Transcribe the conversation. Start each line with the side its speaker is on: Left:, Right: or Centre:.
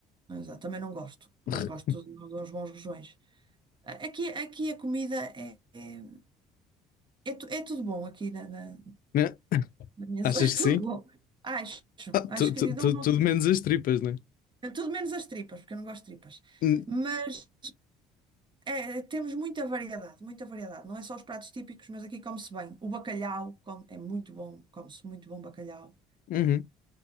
Right: mas, ah, também não gosto,
Left: <laughs>
Right: mas gosto de, de uns bons rojões. A- Aqui, aqui a comida é, é, é, tu- é tudo bom aqui na, na,
Left: Né?
Right: na minha
Left: Achas
Right: zona, <laughs> é tudo
Left: que sim?
Right: bom. Acho,
Left: Ah,
Right: acho
Left: tu- tu-
Right: que não,
Left: tu-
Right: não,
Left: tudo menos as tripas, né?
Right: é tudo menos as tripas, porque eu não gosto de tripas.
Left: N-
Right: Mas É, temos muita variedade, muita variedade. Não é só os pratos típicos, mas aqui come-se bem. O bacalhau come- é muito bom, come-se muito bom bacalhau.
Left: Uhum.